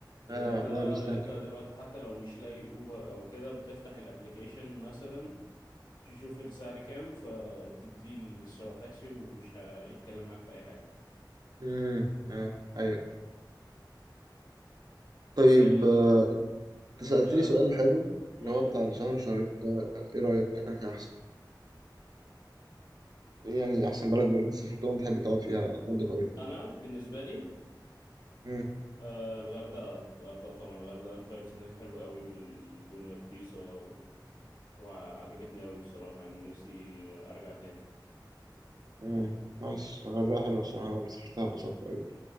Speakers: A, on the left; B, on the right.
A: الغردقة
B: اه ده بيستهبل
A: انت دلوقتي حتى لو مش لاقي اوبر او كده بتفتح الابليكيشن مثلا تشوف السعر كام فتديه للسواق تاكسي ومش هيتكلم معاك في اي حاجة
B: امم اه أيوه طيب
A: بس هي الغ-
B: آه، أنت سألتني
A: الغر
B: سؤال حلو اللي
A: قول
B: هو
A: لي
B: بتاع
A: قول لي.
B: الشهر شهرين ده إيه رأيك أنهي أحسن ايه يعني احسن بلد من اللي انت سافرتهم تحب تقعد فيها مدة طويلة
A: انا بالنسبة لي
B: امم
A: آه الغردقة الغردقة طبعا الغردقة الفايبز هناك حلوة قوي والدنيا رخيصة و... وعجبتني قوي بصراحة يعني نفسي أرجع تاني
B: امم ماشي الغردقة حلوة الصراحة انا لما سافرتها اتبسطت قوي